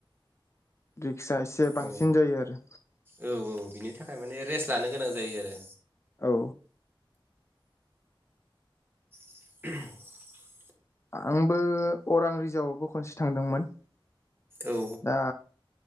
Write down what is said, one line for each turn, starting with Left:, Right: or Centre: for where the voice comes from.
Left: <unintelligible> <unintelligible> एसे बांसिन
Right: औ
Left: जायो आरो
Right: औ औ बिनि थाखाय माने रेस्ट लानो गोनां जायो आरो
Left: औ।
Right: <inaudible>
Left: आंबो अरां रिजाबावबो खनसे थांदोंमोन।
Right: औ
Left: दा